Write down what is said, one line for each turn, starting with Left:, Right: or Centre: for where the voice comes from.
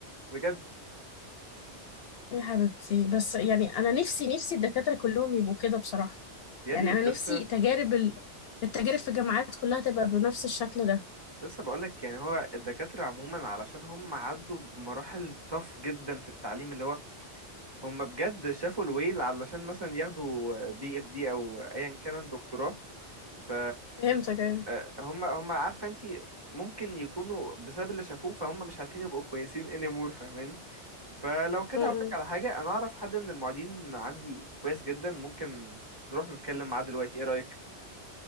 Right: بجد
Left: يا حبيبتي بس يعني انا نفسي نفسي الدكاتره كلهم يبقوا كده بصراحه
Right: يا
Left: يعني
Right: ريت
Left: انا نفسي
Right: بس
Left: تجارب ال... التجارب
Right: لسه
Left: في الجامعات كلها تبقى بنفس الشكل ده
Right: لسه بقول لك يعني هو الدكاترة عموما علشان هم عدوا بمراحل طف جدا في التعليم اللي هو هم بجد شافوا الويل علشان مثلا ياخدوا بي اف دي او ايا كانت دكتوراه ف
Left: فهمتك ايوه
Right: آه، هم هم عارفه انت ممكن يكونوا بسبب اللي شافوه فهم مش عارفين يبقوا كويسين anymore فاهماني فلو كده
Left: م- م.
Right: هقولك على حاجه انا اعرف حد من المعيدين عندي كويس جدا ممكن نروح نتكلم معاه دلوقتي ايه رايك